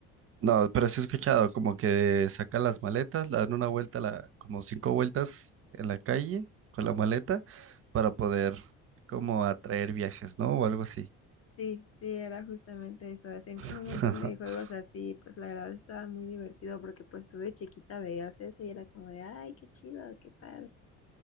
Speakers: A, on the right (about 35°); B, on the left (about 35°).
A: No, pero sí he escuchado como que sacan las maletas, la dan una vuelta, la, como cinco vueltas en la calle con la maleta para poder como atraer viajes, ¿no? O algo así.
B: Sí, sí, era justamente eso. Hacían
A: <laughs>
B: como un montón de juegos así, pues la verdad estaba muy divertido porque pues tú de chiquita veías eso y era como de, ay, qué chido, qué padre.